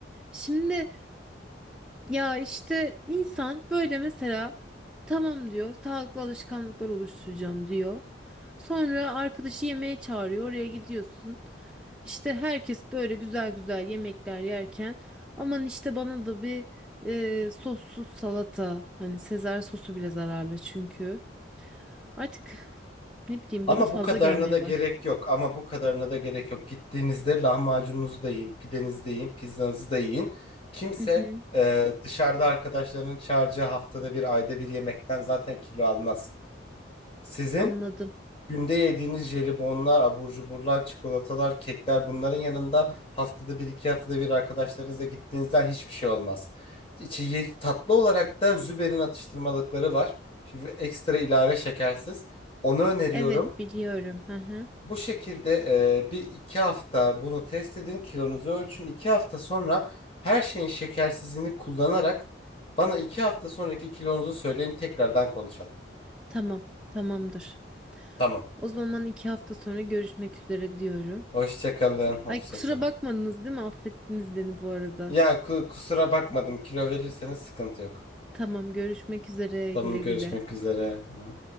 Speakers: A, in the centre; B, on the left (about 30°).
A: Şimdi Ya işte insan böyle mesela tamam diyor sağlıklı alışkanlıklar oluşturacağım diyor. Sonra arkadaşı yemeğe çağırıyor oraya gidiyorsun. İşte herkes böyle güzel güzel yemekler yerken aman işte bana da bir e, sossuz salata hani Sezar sosu bile zararlı çünkü. Artık ne bileyim
B: Ama
A: bana fazla
B: bu kadarına
A: gelmeye
B: da gerek
A: baş.
B: yok. Ama bu kadarına da gerek yok. Gittiğinizde lahmacununuzu da yiyin, pidenizi de yiyin, pizzanızı da yiyin. Kimse
A: Hı hı,
B: e, dışarıda arkadaşlarının çağıracağı haftada bir, ayda bir yemekten zaten kilo almaz. Sizin
A: anladım.
B: günde yediğiniz jelibonlar, abur cuburlar, çikolatalar, kekler bunların yanında haftada bir, iki haftada bir arkadaşlarınızla gittiğinizden hiçbir şey olmaz. İçi ye- tatlı olarak da Züber'in atıştırmalıkları var. Şimdi ekstra ilave şekersiz. Onu öneriyorum.
A: Evet biliyorum. Hı hı.
B: Bu şekilde e, bir iki hafta bunu test edin, kilonuzu ölçün. İki hafta sonra her şeyin şekersizliğini kullanarak bana iki hafta sonraki kilonuzu söyleyin tekrardan konuşalım.
A: Tamam tamamdır.
B: Tamam.
A: O zaman iki hafta sonra görüşmek üzere diyorum.
B: Hoşça kalın, hoşça
A: Ay kusura
B: kalın.
A: bakmadınız değil mi? Affettiniz beni bu arada.
B: Ya ku- kusura bakmadım. Kilo verirseniz sıkıntı yok.
A: Tamam görüşmek üzere
B: Tamam
A: güle
B: görüşmek
A: güle.
B: üzere. Hı.